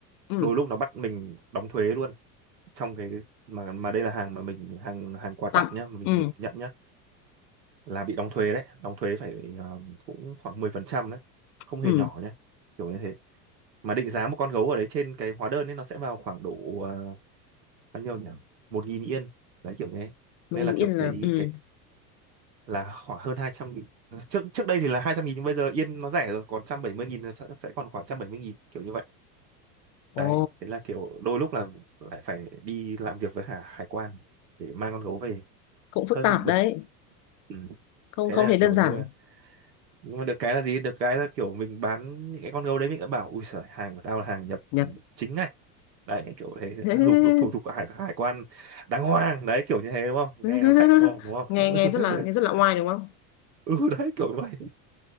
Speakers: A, on the left (about 40°); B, on the right (about 90°).
A: ừ
B: đôi lúc nó bắt mình đóng thuế luôn trong cái mà mà đây là hàng mà mình hàng hàng quà
A: tặng
B: tặng nhá mà mình
A: ừ
B: nhận nhá là bị đóng thuế đấy đóng thuế phải ờ, cũng khoảng 10% đấy không
A: ừ
B: hề nhỏ nhá kiểu như thế mà định giá một con gấu ở đấy trên cái hóa đơn ấy nó sẽ vào khoảng độ ờ, bao nhiêu nhỉ một nghìn yên đấy kiểu như thế
A: mình
B: nên là
A: nghĩ
B: kiểu
A: là
B: cái
A: ừ
B: cái là khoảng hơn hai trăm nghìn trước trước đây thì là hai trăm nghìn nhưng bây giờ yên nó rẻ rồi còn trăm bảy mươi nghìn nó sẽ sẽ còn khoảng trăm bảy mươi nghìn kiểu như vậy
A: ồ
B: đấy thế là kiểu đôi lúc là lại phải đi làm việc với hải hải quan để mang con gấu về
A: cũng phức
B: hơi
A: tạp
B: bị bực
A: đấy
B: ừ.
A: không
B: thế
A: không
B: là
A: thấy đơn
B: kiểu
A: giản
B: nhưng mà nhưng mà được cái là gì được cái là kiểu mình bán những cái con gấu đấy mình đã bảo ui giời hàng của tao là hàng nhập
A: nhỉ
B: ừ, chính ngạch đấy kiểu thế
A: <laughs>
B: thủ thủ thủ, thủ hải hải quan đàng hoàng đấy kiểu như thế đúng không
A: <laughs>
B: nghe nó khạnh đúng không đúng không
A: nghe nghe rất là nghe rất
B: <laughs>
A: là oai đúng không
B: ừ đấy kiểu vậy